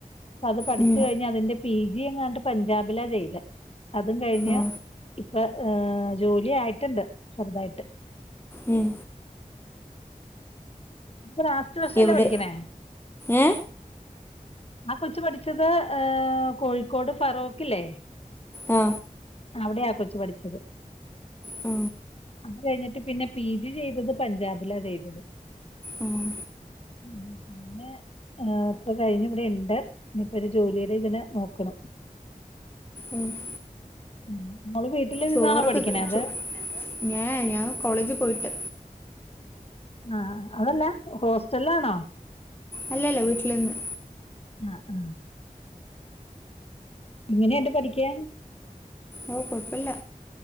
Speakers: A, on the left; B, on the left.
A: അത് പഠിച്ചു
B: ഉം
A: കഴിഞ്ഞു അതിന്റെ പി ജി എങ്ങാട്ട് പഞ്ചാബിലാ ചെയ്ത അതും കഴിഞ്ഞ്
B: ആ
A: ഇപ്പ ആ ജോലി ആയിട്ടുണ്ട് ചെറുതായിട്ട്
B: ഉം
A: ഇപ്പോ ലാസ്റ്റ് വർഷം
B: എവിടെ
A: അല്ലെ പഠിക്കണേ
B: ഏ
A: ആ കൊച്ചു പഠിച്ചത് ഏ കോഴിക്കോട് ഫറോഖല്ലേ
B: ആ
A: അവിടെയാ ആ കൊച്ചു പഠിച്ചത്
B: ആ
A: അത് കഴിഞ്ഞിട്ട് പിന്നെ പി ജി ചെയ്തത് പഞ്ചാബിലാ ചെയ്തത്
B: ഉം
A: ഉം പിന്നെ ആ ഇപ്പൊ കഴിഞ്ഞ ഇവിടെ ഉണ്ട് ഇനിപ്പോ ഒരു ജോലിയുടെ ഇതിന് നോക്കണ്
B: ഉം <inaudible>
A: ഉം <inaudible>
B: ചോറൊക്കെ
A: നിന്നാണോ പഠിക്കണേ
B: കഴിച്ചു
A: അത്
B: ഞാ ഞാൻ കോളേജ് പോയിട്ട്
A: ആ അതല്ലേ ഹോസ്റ്റലാണോ
B: അല്ലല്ല വീട്ടില് നിന്ന്
A: ആ ഉം എങ്ങനെയുണ്ട് പഠിക്കാൻ
B: ഓ കുഴപ്പില്ല